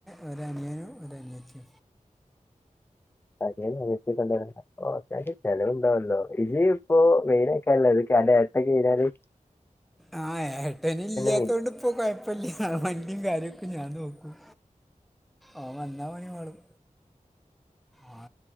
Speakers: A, in the centre; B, on the left.
A: ഒരു അനിയനും ഒരു അനിയത്തി
B: അനിയനും അനിയത്തി ഉണ്ടോ അവടെ ഓ അക്കാര്യം ചെലവുണ്ടാവോല്ലോ ഇജി ഇപ്പോ വെയിലായിക്കാരാല്ലോ ഇതോക്കൊ അന്റെ ഏട്ടന് ചെയ്താലും
A: ആഹ് ഏട്ടന് ഇല്ലാത്തോണ്ട്
B: മെയിൻ
A: ഇപ്പോ കുഴപ്പല്ല വണ്ടി കാര്യൊക്കെ ഞാൻ നോക്കും ഓൻ വന്നാ പണി പാളും ആ